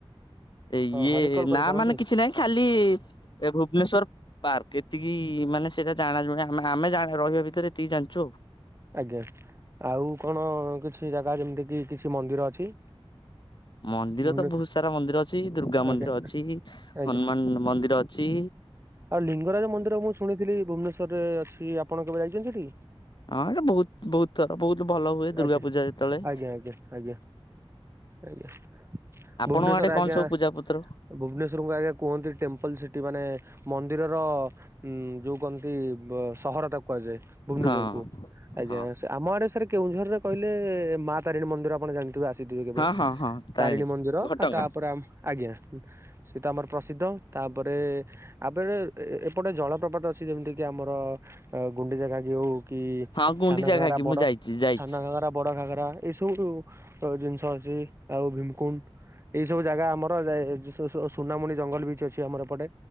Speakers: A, on the left; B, on the right.
A: ଏ ଇଏ
B: ହଁ ରିକଲ୍ କରିପାରନ୍ତି?
A: ନା ମାନେ କିଛି ନାହିଁ ଖାଲି ଏ ଭୁବନେଶ୍ଵର ପାର୍କ ଏତିକି ମାନେ ସେଇଟା ଜାଣ ଜୁଣି ଆମେ ଆମେ ଜାଣ ରହିବା ଭିତରେ ଏତିକି ଜାଣିଛୁ ଆଉ।
B: ଆଜ୍ଞା, ଆଉ କଣ କିଛି ଜାଗା ଯେମିତି କି କିଛି ମନ୍ଦିର ଅଛି?
A: ମନ୍ଦିର
B: ଭୁବନେଶ୍ୱର
A: ତ ବହୁତ ସାରା ମନ୍ଦିର ଅଛି ଦୁର୍ଗା
B: ଆଜ୍ଞା।
A: ମନ୍ଦିର ଅଛି,
B: ଆଜ୍ଞା
A: ହନୁମାନ ମନ୍ଦିର ଅଛି।
B: ଆଉ ଲିଙ୍ଗରାଜ ମନ୍ଦିର ମୁଁ ଶୁଣିଥିଲି ଭୁବନେଶ୍ଵରରେ ଅଛି। ଆପଣ କେବେ ଯାଇଛନ୍ତି ସେଠିକି?
A: ହଁ ଯେ ବହୁତ ବହୁତ ତାର ବହୁତ ଭଲ ହୁଏ ଦୁର୍ଗା
B: ଆଜ୍ଞା
A: ପୂଜା ଯେତେବେଳେ
B: ଆଜ୍ଞା ଆଜ୍ଞା ଆଜ୍ଞା ଆଜ୍ଞା
A: ଆପଣଙ୍କ
B: ଭୁବନେଶ୍ୱର
A: ଆଡେ କଣ
B: ଆଜ୍ଞା
A: ସବୁ ପୂଜା ପତ୍ର?
B: ଭୁବନେଶ୍ୱରକୁ ଆଜ୍ଞା କୁହନ୍ତି ଟେମ୍ପଲ ସିଟି ମାନେ ମନ୍ଦିରର ଉ ଯୋଉ କହନ୍ତି ସହର ତାକୁ କୁହାଯାଏ, ଭୁବନେଶ୍ଵର
A: ହଁ
B: କୁ। ଆଜ୍ଞା,
A: ହଁ
B: ଆମ ଆଡେ ସାର୍ କେଉଁଝରରେ କହିଲେ ମା ତାରିଣୀ ମନ୍ଦିର ଆପଣ ଜାଣିଥିବେ ଆ ସିଥିବେ କେବେ।
A: ହଁ ହଁ ହଁ
B: ତାରିଣୀ ମନ୍ଦିର
A: ଘଟଗାଁ
B: ଆଉ ତାପରେ ଆମ ଆଜ୍ଞା ସେ ତ ଆମର ପ୍ରସିଦ୍ଧ। ତାପରେ ଆ ଏପଟେ ଏ ଏପଟେ ଜଳପ୍ରପାତ ଅଛି ଯେମିତି କିି ଆମର ଗୁଣ୍ଡିଚା ଗାଗି ହଉ କି
A: ହଁ ଗୁଣ୍ଡିଚା
B: ସାନଘଗରା
A: ଘାଗି
B: ବଡ
A: ମୁଁ ଯାଇଛି ଯାଇଛି
B: ସାନ ଘାଗରା ବଡ ଘାଗରା ଏଇ ସବୁ ଜିନିଷ ଅଛି ଆଉ ଭିମକୁଣ୍ଡ। ଏଇ ସବୁ ଜାଗା ଆମର ଯାଇ ସୁ ସୁ ସୁନାମୁନି ଜଙ୍ଗଲ ବିଚ ଅଛି ଆମର ଏପଟେ।